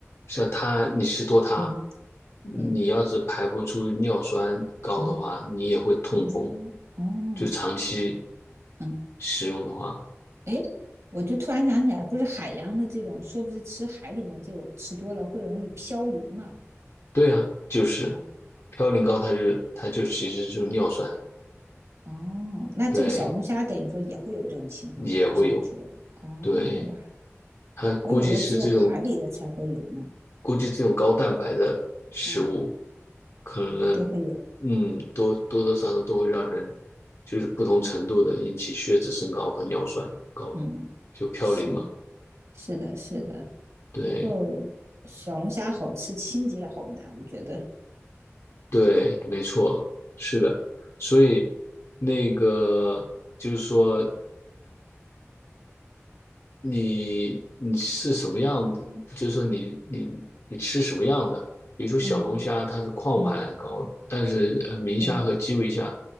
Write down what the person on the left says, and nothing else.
像它，你吃多它，
你要是排不出尿酸高的话，
你也会痛风。
就长期
使用的话，
对啊，就是
嘌呤高，它就它就其实就是尿酸，
对，也会有，
对，
它估计是这种
估计这种高蛋白的食物，
可能嗯多多多少少都会让人
就是不同程度的引起血脂升高和尿酸高，
就嘌呤嘛。
对
对，没错，是的。所以那个就是说，你你是什么样的？就是说你你你吃什么样的？比如说小龙虾，
它是矿物含量高，
但是呃明虾和基围虾，